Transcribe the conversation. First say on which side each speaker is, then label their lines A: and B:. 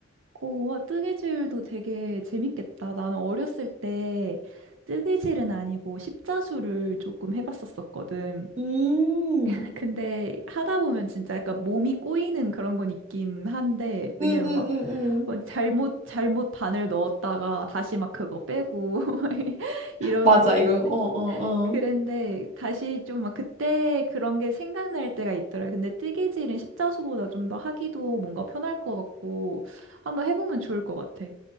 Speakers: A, on the right; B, on the right.
A: 오, 와, 뜨개질도 되게 재밌겠다. 나는 어렸을 때 뜨개질은 아니고 십자수를 조금 해봤었었거든.
B: 음,
A: <laughs> 근데 하다 보면 진짜 약간 몸이 꼬이는 그런 건 있긴 한데, 왜냐면
B: 음, 음, 음,
A: 막 뭐
B: 음.
A: 잘못 잘못 반을 넣었다가 다시 막 그거 빼고 <laughs> 이런
B: 맞아,
A: 것
B: 이거,
A: 때문에
B: 어, 어,
A: 그랬는데
B: 어.
A: 다시 좀 막 그때 그런 게 생각날 때가 있더라고요. 근데 뜨개질은 십자수보다 좀 더 하기도 뭔가 편할 것 같고 한번 해보면 좋을 것 같아.